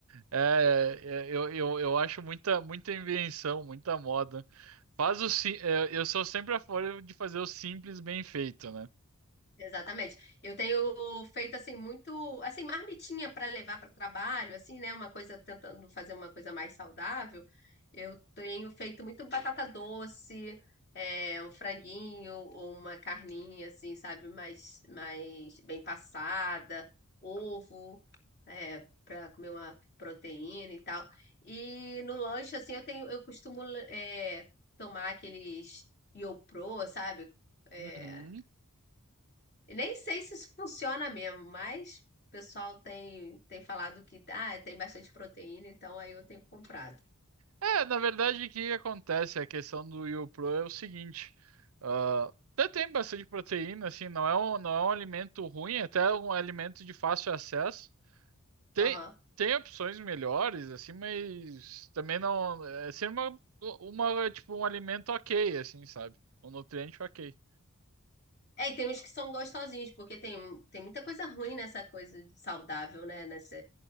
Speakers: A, on the right; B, on the left.
A: É, é, é, eu, eu, eu acho muita, muita invenção, muita moda. Faz o, si- é, eu sou sempre a favor de fazer o simples bem feito, né?
B: Exatamente. Eu tenho feito assim muito, assim, marmitinha para levar para o trabalho, assim, né, uma coisa tentando fazer uma coisa mais saudável. Eu tenho feito muito batata doce, é, um franguinho ou uma carninha assim, sabe, mais mais bem passada, ovo, é, para comer uma proteína e tal. E no lanche assim, eu tenho eu costumo é, tomar aqueles Iopro, sabe? é,
A: Uhum.
B: eu Nem sei se isso funciona mesmo, mas o pessoal tem, tem falado que ah, tem bastante proteína, então aí eu tenho comprado.
A: É, na verdade, o que que acontece? A questão do YoPro é o seguinte: ah, até tem bastante proteína, assim, não é um, não é um alimento ruim, até é um alimento de fácil acesso. Tem,
B: Aham.
A: tem opções melhores, assim, mas também não. É sempre uma, uma, tipo, um alimento ok, assim, sabe? Um nutriente ok.
B: É, e tem uns que são gostosinhos, porque tem, tem muita coisa ruim nessa coisa de saudável, né? Nessa,